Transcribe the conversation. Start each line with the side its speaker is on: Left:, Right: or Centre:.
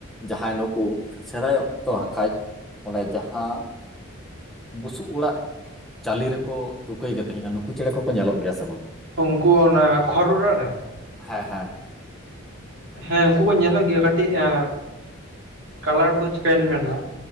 Centre: ᱡᱟᱦᱟᱸᱭ ᱱᱩᱠᱩ ᱥᱮᱫᱟᱭ ᱚᱠᱛᱚ ᱟᱠᱟᱡ ᱚᱱᱮ ᱡᱟᱦᱟᱸ ᱵᱩᱥᱩᱵ ᱚᱲᱟᱜ ᱪᱟᱞᱤ ᱨᱮᱠᱚ ᱛᱩᱠᱟᱹᱭ ᱜᱮ ᱛᱟᱦᱮᱸᱫ-ᱟ ᱱᱩᱠᱩ ᱪᱮᱬᱮ ᱠᱚᱠᱚ ᱧᱮᱞᱚᱜ ᱜᱮᱭᱟ ᱥᱮ ᱵᱟᱝ
Right: ᱩᱱᱠᱩ ᱚᱱᱟ ᱠᱷᱚᱨ ᱚᱨᱟ ᱨᱮ
Centre: ᱦᱮᱸ ᱦᱮᱸ
Right: ᱦᱮᱸ ᱩᱱᱠᱩ ᱠᱚ ᱧᱮᱞᱚᱜ ᱜᱮᱭᱟ ᱠᱟᱹᱴᱤᱡ ᱟ ᱠᱟᱞᱟᱨ ᱫᱚ ᱪᱤᱠᱟᱹᱭᱧ ᱢᱮᱱᱟ